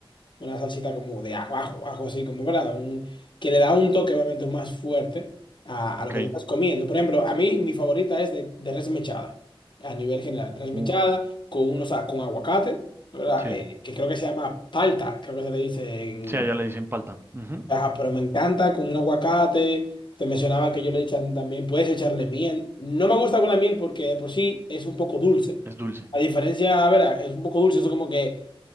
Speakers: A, on the left (about 55°); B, on the right (about 25°).
A: una salsita como de ajo, ajo, ajo, así como, ¿verdad? Un- que le da un toque obviamente más fuerte a,
B: Ok.
A: a lo que te estás comiendo. Por ejemplo, a mí mi favorita es de, de res mechada, a nivel general, res mechada
B: Uh,
A: con, unos, a- con aguacate, ¿verdad?
B: sí.
A: Eh, que creo que se llama palta, creo que se le dice
B: Sí, allá le dicen palta. Ujú.
A: Ajá, pero me encanta con un aguacate. Te mencionaba que yo le echan también, puedes echarle miel. No me gusta con la miel porque de por sí es un poco dulce.
B: Es dulce.
A: A diferencia, a ver, es un poco dulce, eso como que